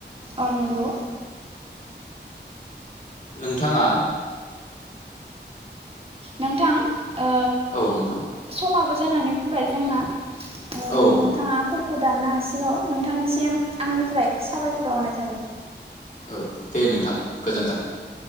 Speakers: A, on the right (about 30°); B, on the left (about 45°).
A: औ नंगौ
B: नोंथाङा
A: नोंथां ओ
B: औ नोंथां
A: समाबो जानानै फैबाय जोंना ओ
B: औ
A: नोंथाङा
B: नंगौ
A: कल खौ दाननो हासिगौ नोंथांनिसिम आंनिफ्राय साबायखर हरनाय थाबाय
B: औ दे नोंथां गोजोन्थों